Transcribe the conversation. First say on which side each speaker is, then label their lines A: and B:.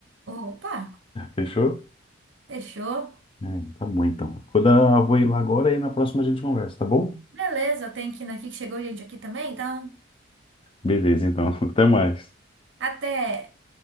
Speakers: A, on the right; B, on the left.
A: Opa,
B: Fechou?
A: fechou.
B: É, tá bom então. Vou dar, vou ir lá agora e na próxima a gente conversa, tá bom?
A: Beleza, eu tenho que ir aqui que chegou gente aqui também, então
B: Beleza, então. <laughs> Até mais.
A: até